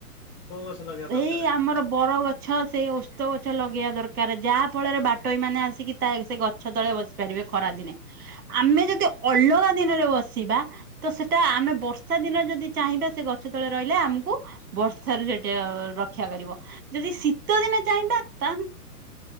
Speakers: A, on the left; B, on the right.
A: କୋଉ ଗଛ ଲଗେଇବା ଦରକାର
B: ଏଇ ଆମର ବରଗ ଗଛ ସେଇ ଓସ୍ତ ଗଛ ଲଗେଇବା ଦରକାର ଯାହା ଫଳରେ ବାଟୋଇମାନେ ଆସିକି ତା ସେ ଗ ଛ ତଳେ ବସି ପାରିବେ ଖରା ଦିନେ। ଆମେ ଯଦି ଅଲଗା ଦିନରେ ବସିବା ତ ସେଟା ଆମେ ବର୍ଷ <unintelligible> ଦିନେ ଯଦି ଚାହିଁବେ ସେ ଗଛ ତଳେ ରହିଲେ ଆମୁକୁ ବର୍ଷାରୁ ସେଠି ଅ ରକ୍ଷା କରିବ, ଯଦି ଶୀତ ଦିନେ ଚାହିଁବା ତାହେନେ